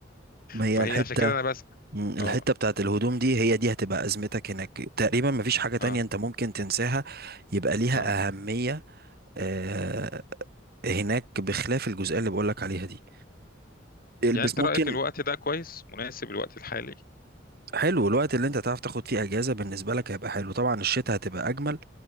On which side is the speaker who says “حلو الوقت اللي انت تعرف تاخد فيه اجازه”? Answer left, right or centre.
Right